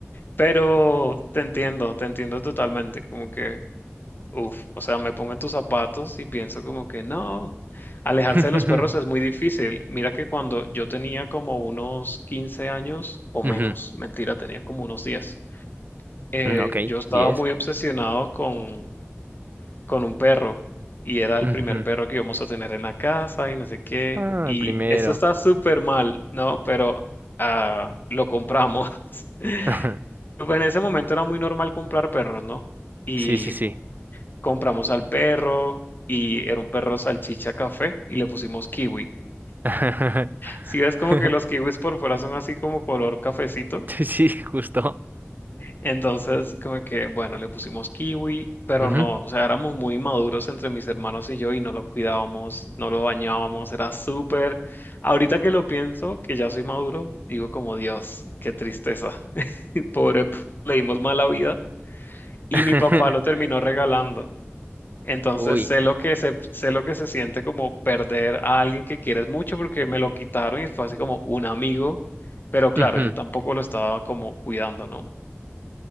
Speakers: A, on the left; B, on the right.
A: Pero te entiendo, te entiendo totalmente, como que Uf, o sea, me pongo en tus zapatos y pienso como que no, alejarse
B: <laughs>
A: de los perros es muy difícil. Mira que cuando yo tenía como unos 15 años o menos,
B: Ujú.
A: mentira, tenía como unos 10, eh,
B: Mm, Ok,
A: yo estaba
B: 10.
A: muy obsesionado con, con un perro y era el
B: Ujú.
A: primer perro que íbamos a tener en la casa y no sé qué.
B: Ah,
A: Y
B: el primero.
A: esto está súper mal, ¿no? Pero ah, lo compramos. <laughs>
B: Ajá.
A: Pues En ese momento era muy normal comprar perros, ¿no?
B: <laughs>
A: Y
B: Sí, sí, sí.
A: compramos al perro y era un perro salchicha café y le pusimos kiwi.
B: <laughs>
A: Si ves como
B: Ujú.
A: que los kiwis por fuera son así como color cafecito,
B: Sí, sí, justo.
A: entonces como que, bueno, le pusimos kiwi, pero
B: Ujú.
A: no, o sea, éramos muy maduros entre mis hermanos y yo y no lo cuidábamos, no lo bañábamos, era súper... Ahorita que lo pienso, que ya soy maduro, digo como Dios, qué tristeza. <laughs> Pobre, p- le dimos mala vida y
B: <laughs>
A: mi papá lo terminó regalando. Entonces
B: Uy.
A: sé lo que se, sé lo que se siente como perder a alguien que quieres mucho porque me lo quitaron y fue así como un amigo, pero claro,
B: Ujú.
A: yo tampoco lo estaba como cuidando, ¿no?